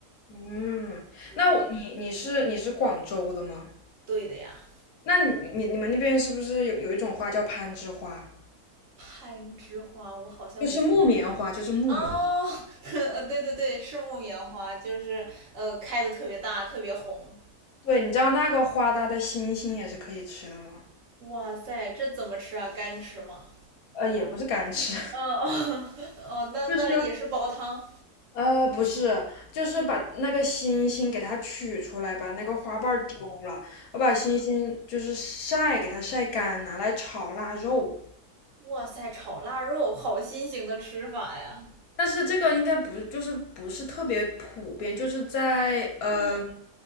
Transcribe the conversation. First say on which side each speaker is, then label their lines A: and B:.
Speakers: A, on the left (about 75°); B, on the right (about 65°).
A: 嗯，
B: 嗯，
A: 那我你你是你是广州的吗？
B: 对的呀。
A: 那你你你们那边是不是有有一种花叫攀枝花？
B: 攀枝花，我好像没
A: 就是木棉花，就是木棉花
B: 哦 <laughs>，对对对，是木棉花，就是呃开的特别大，特别红。
A: 对，你知道那个花它的心心也是可以吃的吗？
B: 哇塞，这怎么吃啊？干吃吗？
A: 呃，也不是干吃，
B: 嗯哦 <laughs> 哦，那那也是煲汤。
A: <laughs> 就是呃不是，就是把那个心心给它取出来，把那个花瓣儿丢了，我把心心就是晒，给它晒干，拿来炒腊肉。
B: 哇塞，炒腊肉，好新型的吃法呀。
A: 但是这个应该不就是不是特别普遍，就是在嗯
B: 嗯，